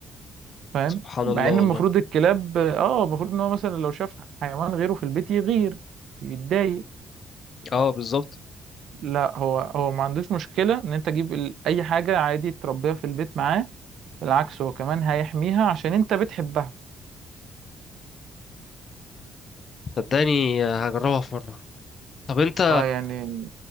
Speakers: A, on the right; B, on the left.
A: فاهم
B: سبحان
A: مع
B: الله
A: إن
B: والله
A: المفروض الكلاب اه المفروض إن هو مثلا لو شاف حيوان غيره في البيت يغير يتضايق
B: اه بالظبط
A: لا هو هو ما عندوش مشكلة إن أنت تجيب ال- أي حاجة عادي تربيها في البيت معاه بالعكس هو كمان هيحميها عشان أنت بتحبها
B: صدقني آه، هجربها في مره طب انت
A: اه يعني